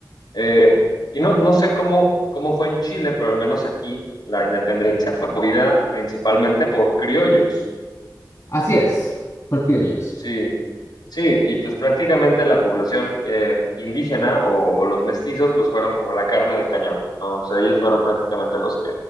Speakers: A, on the left; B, on the left.
A: Eh, y no, no sé cómo, cómo fue en Chile, pero al menos aquí la independencia fue movida principalmente por criollos.
B: Así es, por criollos.
A: Sí, sí, y pues prácticamente la población eh, indígena o, o los mestizos pues fueron como la carne de cañón, ¿no? O sea, ellos fueron prácticamente los que,